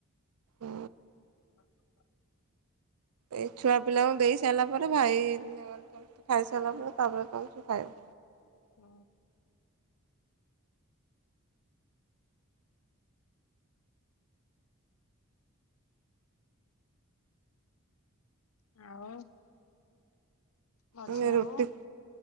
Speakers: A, on the right; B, on the left.
A: ଅଁ,
B: <unintelligible>
A: ଏ ଛୁଆ ପିଲାଙ୍କୁ ଦେଇ ସାରିଲା ପରେ ଭାଇ <inaudible> ସମସ୍ତେ ଖାଇସାରିଲା ପରେ ତାପରେ ଖାଉଛୁ ଖାଇବୁ।
B: ଅ, <inaudible> ଆଉ ମଝିଆ
A: ମାନେ ରୁଟି
B: ବୋଉ